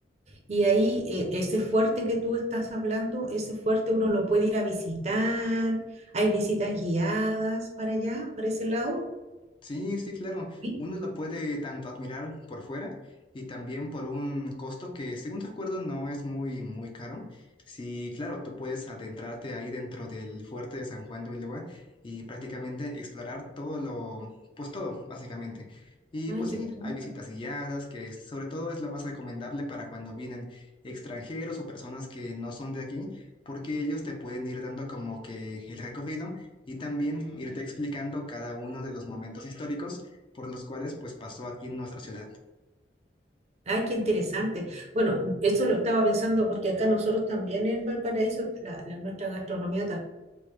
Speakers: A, on the right; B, on the left.
A: Y ahí, eh, ese fuerte que tú estás hablando, ese fuerte uno lo puede ir a visitar. Hay visitas guiadas para allá, para ese lado.
B: Sí, sí, claro.
A: Sí.
B: Uno lo puede tanto admirar por fuera y también por un costo que, según recuerdo, no es muy, muy caro. Sí, claro, tú puedes adentrarte ahí dentro del fuerte de San Juan de Ulúa y prácticamente explorar todo lo, pues todo, básicamente. Y
A: Ay,
B: pues
A: qué
B: sí,
A: bueno.
B: hay visitas guiadas, que sobre todo es lo más recomendable para cuando vienen extranjeros o personas que no son de aquí, porque ellos te pueden ir dando como que el recorrido y también irte explicando cada uno de los momentos históricos por los cuales pues pasó aquí en nuestra ciudad.
A: Ay, qué interesante. Bueno, eso lo estaba pensando porque acá nosotros también en Valparaíso, la, la- nuestra gastronomía